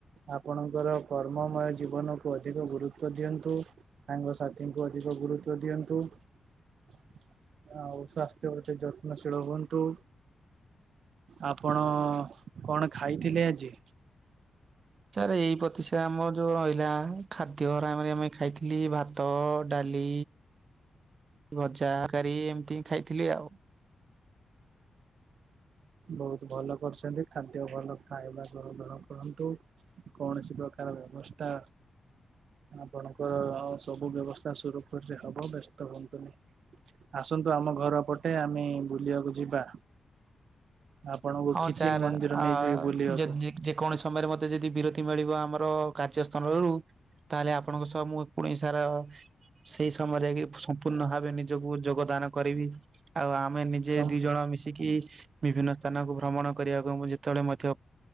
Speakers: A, on the right; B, on the right.
A: ଆପଣଙ୍କର କର୍ମମୟ ଜୀବନକୁ ଅଧିକ ଗୁରୁତ୍ବ ଦିଅନ୍ତୁ। ସାଙ୍ଗସାଥିଙ୍କୁ ଅଧିକ ଗୁରୁତ୍ଵ ଦିଅନ୍ତୁ। ଆଉ ସ୍ୱାସ୍ଥ୍ୟ ପ୍ରତି ଯତ୍ନଶୀଳ ହୁଅନ୍ତୁ। ଆପଣ କଣ ଖାଇଥିଲେ ଆଜି?
B: ସାରେ ଏଇ ପ୍ରତିଶା ଆମର ଯୋଉ ରହିଲା ଖାଦ୍ୟ ଉରା ଆମେ ଆମେ ଖାଇଥି ଲି ଭାତ ଡାଲି ଭଜା କାରୀ ଏମ୍ତି ଖାଇଥିଲି ଆଉ।
A: ବହୁତ୍ ଭଲ କରୁସନ୍ତି ଖାଦ୍ୟ ଭଲ ଖାଇବା କରନ୍ତୁ ନ କରନ୍ତୁ କୌଣସି ପ୍ରକାର ବ୍ୟବସ୍ଥା ଆପଣଙ୍କର ଆଉ ସବୁ ବ୍ୟବସ୍ଥା ସୁରୁଖୁରୁରେ ହବ ବ୍ୟସ୍ତ ହୁଅନ୍ତୁନି। ଆସନ୍ତୁ ଆମ ଘର ପଟେ ଆମେ ବୁଲିଆକୁ ଯିବା। ଆପଣଙ୍କୁ
B: ହଁ
A: ଖିଚିଙ୍ଗ
B: ଛାରେ
A: ମନ୍ଦିର ନେଇଯିବେ
B: ଆଁ
A: ବୁଲିବାକୁ।
B: ଯଦି ଯେକୌଣସି ସମୟରେ ମତେ ଯଦି ବିରତି ମିଳିବ ଆମର କାର୍ଯ୍ୟ ସ୍ଥାନରୁ ତାହେଲେ ଆପଣଙ୍କ ସହ ମୁଁ ପୁଣି ସାର ସେଇ ସମୟରେ ଯାଇକି ସମ୍ପୂର୍ଣ୍ଣ ଭାବେ ନିଜକୁ ଯୋଗଦାନ କରିବି। ଆଉ ଆମେ ନିଜେ
A: ସମ୍ପୁ
B: ଦି ଜଣ ମିଶିକି ବିଭିନ୍ନ ସ୍ଥାନକୁ ଭ୍ରମଣ କରିଆକୁ ମୁଁ ଯେତେବେଳେ ହୁଁ ମଧ୍ୟ